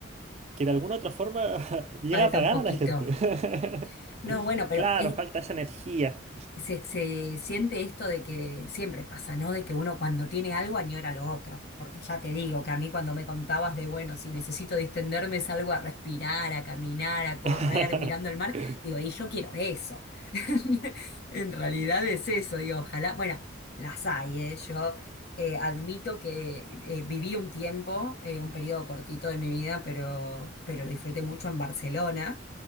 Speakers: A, on the right; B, on the left.
A: que de alguna otra forma <laughs> llega
B: falta
A: a pagar
B: un poquito.
A: a la gente. <laughs>
B: No, bueno, pero
A: Claro,
B: es,
A: falta esa energía.
B: se, se siente esto de que siempre pasa, ¿no? De que uno cuando tiene algo añora lo otro. Porque ya te digo que a mí cuando me contabas de, bueno, si necesito distenderme, salgo a respirar, a caminar, a correr,
A: <laughs>
B: mirando el mar, digo, y yo quiero eso. <laughs> En realidad es eso, digo, ojalá, bueno, las hay, ¿eh? Yo eh, admito que eh, viví un tiempo, eh, un periodo cortito de mi vida, pero, pero lo disfruté mucho en Barcelona